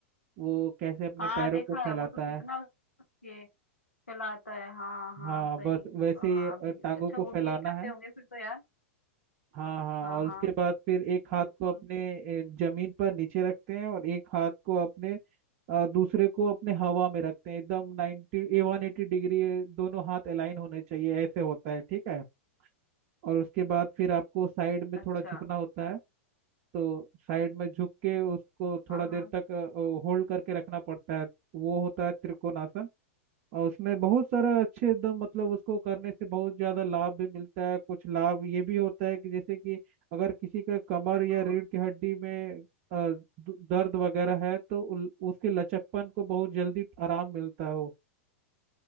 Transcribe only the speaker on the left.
हाँ
देखा
है वो तो कितना
उसके फैलाता है हाँ हाँ
सही
हाँ
अभी
अच्छा
वो
भी यही करते
होंगे फिर तो यार
हाँ
हाँ
बिल्कुल
अच्छा
हाँ
हाँ
चलो